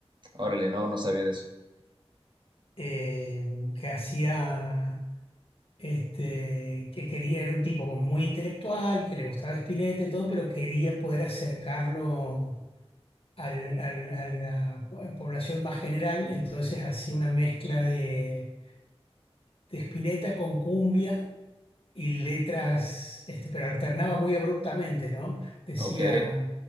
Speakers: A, on the right; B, on the left.
A: órale, no, no sabía de eso.
B: eh, que hacía... Este, que quería, era un tipo como muy intelectual, que le gustaba Spinetta y todo, pero quería poder acercarlo al- al- a la po- población más general, entonces hacía una mezcla de, de Spinetta con cumbia y letras, este, pero alternaba muy abruptamente, ¿no? Decía,
A: Ok,